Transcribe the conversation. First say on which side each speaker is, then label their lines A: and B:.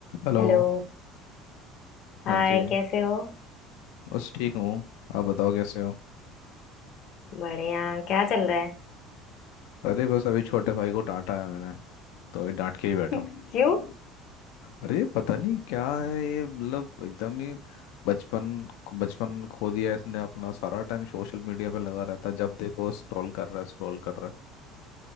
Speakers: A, on the left (about 80°); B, on the left (about 50°).
A: Hello
B: Hello Hi
A: हाँ जी
B: कैसे हो
A: बस ठीक हूँ आप बताओ कैसे हो
B: बढ़िया क्या चल रहा है
A: अरे बस अभी छोटे भाई को डांटा है मैंने तो अभी डांट के ही बैठा
B: <laughs>
A: हूँ
B: क्यों
A: अरे पता नहीं क्या है ये मतलब एकदम ही बचपन बचपन खो दिया है इसने अपना सारा टाइम सोशल मीडिया पे लगा रहता है जब देखो स्क्रॉल कर रहा है स्क्रॉल कर रहा